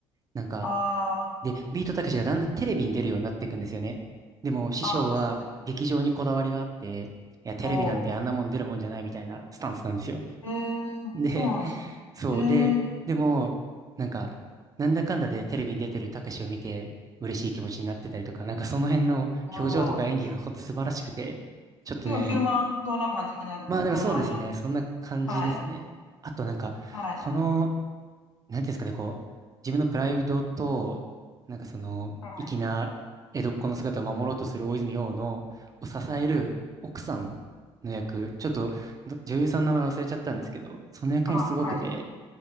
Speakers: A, on the right (about 25°); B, on the left (about 85°).
A: なんか、
B: あ
A: で、ビートたけしがだんだんテレビに出るようになっていくんですよね。でも、師匠は劇場にこだわりがあって、
B: あ、あ、そうですね。
A: いや、テレビなんてあんなもん出るもんじゃないみたいなスタンスなんですよ。
B: おー。えー、
A: で、
B: そうなんですね。
A: そう。
B: えー、
A: で、でも、なんか、なんだかんだでテレビに出てるたけしを見て、嬉しい気持ちになってたりとか、なんかその辺の表情とか演技がほんと素晴らしくて、
B: おおに、
A: ちょっとね、
B: 結構ヒューマンドラマ的なところもあります。
A: まあでもそうですね、そんな感じですね。
B: はい。
A: あとなんか、
B: はい。
A: その、なんていうんですかね、こう、自分のプライドと、なんかその、
B: はい。
A: 粋な江戸っ子の姿を守ろうとする大泉洋の、を支える奥さんの役、ちょっとど女優さんの名前忘れちゃったんですけど、その役もすごくて、
B: あ、はい。